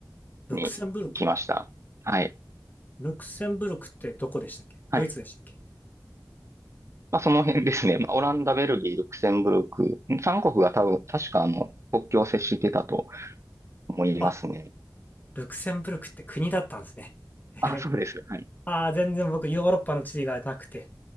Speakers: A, on the left (about 25°); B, on the right (about 40°).
A: ルクセンブルク。
B: に行きました。はい。
A: ルクセンブルクってどこでしたっけドイツでしたっけ
B: はいまあ、その辺ですね。まあ、オランダ、ベルギー、ルクセンブルク、3国が多分、確かあの、国境を接してたと思いますね。
A: あ、ルクセンブルクって国だったんですね。<laughs>
B: あ、そうです。はい。
A: ああ、全然僕ヨーロッパの地理がなくて。